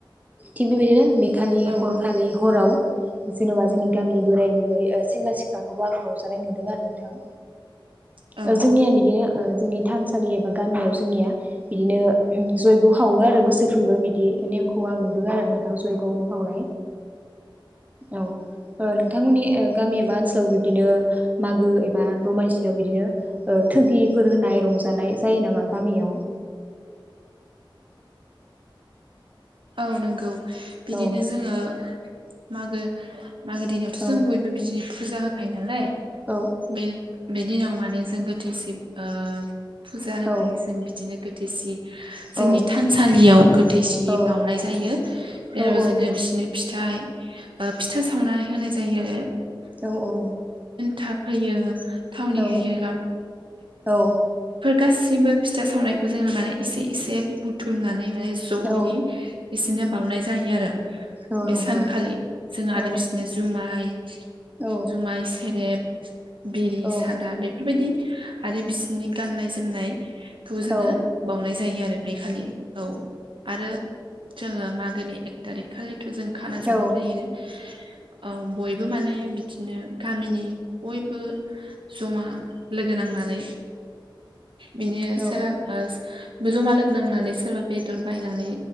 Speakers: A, on the right; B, on the right.
A: थिग बेबायदिनो बेखालि
B: औ
A: हरखालि हराव जेन'बा जोंनि गामिनि बोराय बुरै ओ सेंग्रा सिख्लाखौबो आं रंजानाय नुदों आरो नोंथां
B: औ
A: ओ जोंनिया बिदिनो ओ जोंनि थानसालि एबा गामियाव जोंनिया बिदिनो जयग' खावो आरो बोसोरफ्रोमबो बिदि नेमखौ आं नुदों आरो नोंथां जयग'नो खावनाय औ ओ नोंथांमोननि ओ गामि एबा ओनसोलाव बिदिनो मागो एबा दमासि बेयाव बिदिनो थगिफोर होनाय रंजानाय जायो नामा गामियाव
B: औ नंगौ बिदिनो
A: औ
B: जोङो मागो मागो दिनावथ'
A: औ
B: जों बयबो बिदिनो फुजा होखायो नालाय
A: औ
B: बे बे दिनाव माने जों गोथैसिम ओ फुजा होखालि
A: औ
B: जों बिदिनो गोथैसि जोंनि
A: औ
B: थानसालियाव गोथैसि
A: औ
B: बावउनाय जायो जेराव
A: औ
B: जोङो बिसिनो फिथाइ ओ फिथा सावनानै होनाय जायोआरो
A: औ औ
B: थाब होयो थावनि
A: औ
B: होयो
A: औ
B: गासिबो फिथा सावनायखौ जोङो माने एसे एसे बुथुमनानै माने जयै
A: औ
B: बिसोरनो बाउनाय जायो आरो
A: औ
B: बे
A: नंगौ
B: सानखालि जों
A: औ
B: आरो बिसनो जुमाय
A: औ
B: जुमाय सेरेब बिरि
A: औ
B: सादा बेफोरबायदि आरो बिसोरनि गाननाय जोमनाय खौ जोङो
A: औ
B: बाउनाय जायो आरो बे खालि औ आरो जोङो मागोनि एक थारिख खालि थ' जों खाना जानाय
A: औ
B: जायो औ बयबो माने बिदिनो गामिनि बयबो जमा लोगो नांनानै बिनो
A: औ
B: सो बे जमा लोगो नांनानै सोरबा बेदर बायनानै